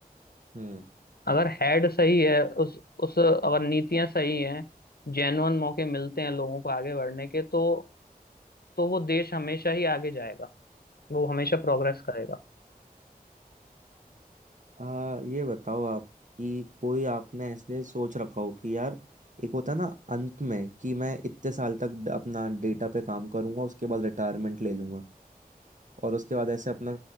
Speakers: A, on the right (about 55°); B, on the left (about 80°).
A: हम्म
B: अगर हेड सही है उस उस अगर नीतियां सही हैं जेन्युइन मौके मिलते हैं लोगों को आगे बढ़ने के तो तो वो देश हमेशा ही आगे जाएगा वो हमेशा प्रोग्रेस करेगा
A: आ, ये बताओ आप कि कोई आपने ऐसे सोच रखा हो कि यार एक होता है ना अंत में कि मैं इतने साल तक ड- अपना डेटा पे काम करूंगा उसके बाद रिटायरमेंट ले लूंगा और उसके बाद ऐसे अपना